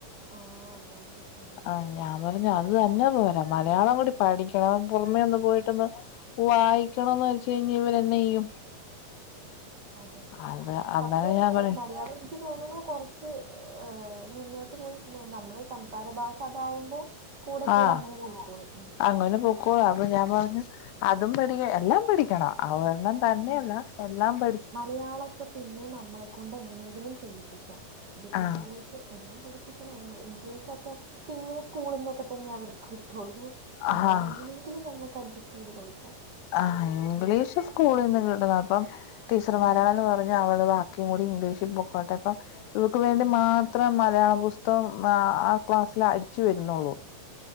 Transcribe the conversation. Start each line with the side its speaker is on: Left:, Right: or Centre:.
Right: ആഹ് അതെ അതെ ഉം
Left: ആ ഞാൻ പറഞ്ഞു അത് തന്നെ പോരാ മലയാളം കൂടി പഠിക്കണം പുറമേ ഒന്ന് പോയിട്ടൊന്ന് വായിക്കണന്ന് വെച്ച കഴിഞ്ഞൽ ഇവരെന്നാ ചെയ്യും
Right: അതെ
Left: അത് അന്നേരം
Right: പക്ഷെ
Left: ഞാൻ പറയും
Right: മലയാളം എക്ക് തോന്നണു കൊറച്ച് മുന്നോട്ട് പോയി നമ്മള് സംസാര ഭാഷ അതാവുമ്പോ കൂടെ കൂടെ
Left: ആഹ്
Right: അങ്ങനെ പോയിക്കോളും
Left: അങ്ങനെ പൊക്കോളൂ അപ്പൊ ഞാൻ പറഞ്ഞു അതും പഠിക്ക എല്ലാം പഠിക്കണം അവരണം തന്നെയല്ല
Right: ഉം
Left: എല്ലാം പ
Right: മലയാളൊക്കെ പിന്നെ നമ്മളെക്കൊണ്ട് എങ്ങനെങ്കിലും ചെയ്യിപ്പിക്കാം ഇതിപ്പോ
Left: ആഹ്
Right: ഇംഗ്ലീഷ് എല്ലാം പഠിപ്പിക്കണ ഇംഗ്ലീഷൊക്കെ പിന്നെ സ്കൂളിൽ നിന്നൊക്കെ തന്നെ അവർക്ക് ട്ടുള്ളൂ മലയാളം
Left: ആഹ്
Right: എങ്ങനെയെങ്കിലും നമുക്ക് അഡ്ജസ്റ്റ് ചെയ്ത് കൊടുക്കാം
Left: ആഹ് ഇംഗ്ലീഷ് സ്കൂളിൽ നിന്ന് കിട്ടുന്നു അപ്പം ടീച്ചർമാരാണെന്ന്
Right: ഉം
Left: പറഞ്ഞു അവള് ക്കും കൂടി ഇംഗ്ലീഷിൽ പൊക്കോട്ടെ അപ്പം ഇവർക്ക് വേണ്ടി മാത്രം മലയാള പുസ്തകം ആ ആ ക്ലാസ്സിൽ അടിച്ചു വരുന്നുള്ളൂ.